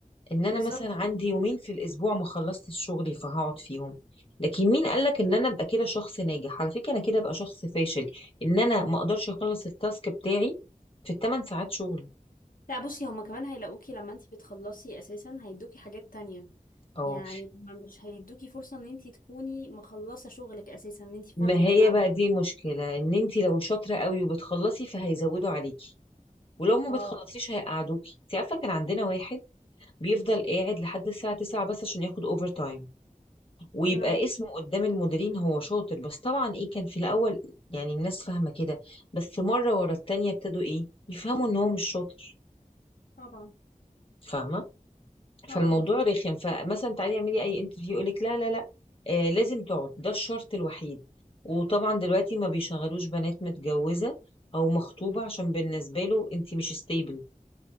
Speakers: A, on the left; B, on the left.
A: ان انا
B: بالظبط
A: مثلا عندي يومين في الاسبوع ما خلصتش شغلي فهقعد فيهم لكن مين قالك ان انا ابقى كده شخص ناجح على فكره انا كده ابقى شخص فاشل ان انا ما اقدرش اخلص التاسك بتاعي في الثمان ساعات شغل
B: لا بصي هما كمان هيلاقوكي لما انتي بتخلصي اساسا هيدوكي حاجات تانية
A: اه
B: يعني هما مش هيدوكي فرصة ان انتي تكوني مخلصة شغلك اساسا ان انتي
A: ما
B: فاضية
A: هي
B: وقاعدة
A: بقى دي مشكله ان انت لو شاطره قوي وبتخلصي فهيزودوا عليكي ولو ما
B: اه
A: بتخلصيش هيقعدوكي انت عارفه كان عندنا واحد بيفضل قاعد لحد الساعه 9 بس عشان ياخد اوفر تايم ويبقى
B: يا لهوي
A: اسمه قدام المديرين هو شاطر بس طبعا ايه كان في الاول يعني الناس فاهمه كده بس مره ورا التانيه ابتدوا ايه يفهموا ان هو مش شاطر
B: طبعا
A: فاهمه
B: طبعا
A: فالموضوع
B: صح
A: رخم فمثلا تعالي اعملي اي انترفيو يقولك لا لا لا آه لازم تقعد ده الشرط الوحيد وطبعا دلوقتي ما بيشغلوش بنات متجوزه او مخطوبه عشان بالنسبه له انت مش ستيبل